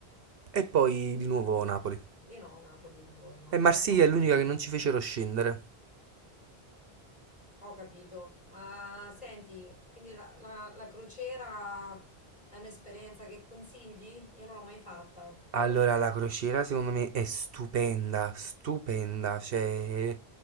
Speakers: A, on the right; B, on the left.
A: e poi di nuovo Napoli.
B: Di no, Napoli ritorno.
A: E Marsiglia è l'unica che non ci fecero scendere.
B: Ho capito. Ma senti, quindi la, la la crociera è un'esperienza che consigli? Io non l'ho mai fatta.
A: Allora, la crociera secondo me è stupenda, stupenda, cioè,